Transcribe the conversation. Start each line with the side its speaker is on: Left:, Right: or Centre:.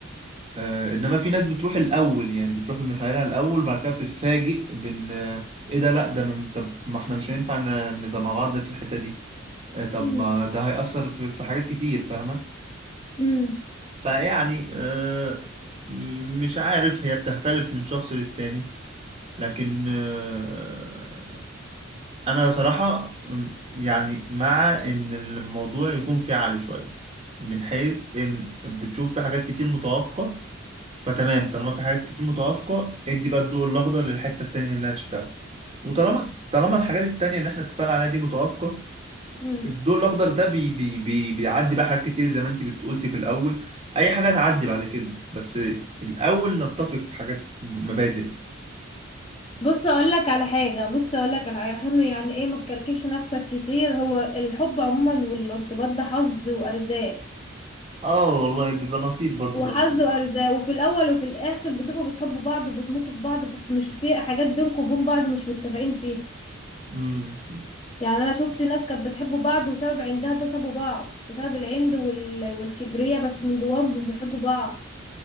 Right: آه انما في ناس بتروح الاول يعني بتروح بمشاعرها الاول وبعد كده بتتفاجئ بان آه، ايه ده لا ده ما طب ما احنا مش هينفع ن- نبقى مع بعض في الحته دي آه طب
Left: امم
Right: ما ده هيأثر في, في حاجات كتير فاهمه
Left: امم
Right: فيعني آه مش عارف هي بتختلف من شخص للتاني لكن آه، انا صراحة أم، يعني مع ان الموضوع يكون فيه عالي شوية من حيث ان بتشوف في حاجات كتير متوافقة فتمام طالما في حاجات كتير متوافقة ادي بقى الضوء الاخضر للحتة التانية اللي هتشتغل وطالما طالما الحاجات التانية اللي احنا اتفقنا عليها دي متوافقة
Left: امم
Right: الضوء الاخضر ده بي بي بي بيعدي بقى حاجات كتير زي ما انت بتقولتي في الاول اي حاجة هتعدي بعد كده بس الاول نتفق في حاجات مبادئ
Left: بص اقول لك على حاجه بص اقول لك على حاجه عشان يعني ايه ما تكركبش نفسك كتير هو الحب عموما والارتباط ده حظ وارزاق
Right: اه والله بيبقى نصيب برضه
Left: وحظ
Right: في الاول
Left: وارزاق وفي الاول وفي الاخر بتبقوا بتحبوا بعض وبتموتوا في بعض بس مش في حاجات بينكم وبين بعض مش متفقين فيها
Right: أمم.
Left: يعني انا شفت ناس كانت بتحب بعض وسبب عندها ده سابوا بعض بسبب العند وال... والكبرياء بس من جواهم بيحبوا بعض